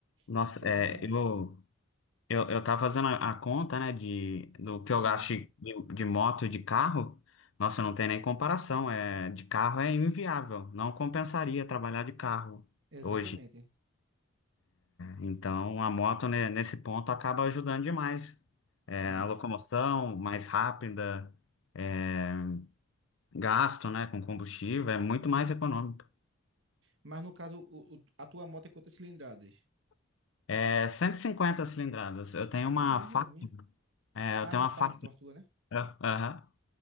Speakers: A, on the left; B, on the right.
A: nossa,
B: Então,
A: é, eu, eu, eu tava fazendo a, a conta, né, de, do que eu
B: hum,
A: gasto de, de moto e de carro. Nossa, não tem nem comparação. É, de carro é inviável. Não compensaria trabalhar de carro
B: exatamente,
A: hoje. Então, a moto, né, nesse ponto, acaba ajudando demais. É,
B: entendi.
A: a locomoção mais rápida, é, gasto, né, com combustível, é muito mais econômico.
B: Mas no caso, o- o- a tua moto é quantas cilindradas?
A: É 150 cilindradas. Eu tenho uma
B: Ah, a mesma
A: Factor.
B: da minha.
A: É,
B: Ah,
A: eu tenho
B: é uma
A: uma
B: Factor,
A: Factor.
B: a tua, né?
A: Ah, Aham.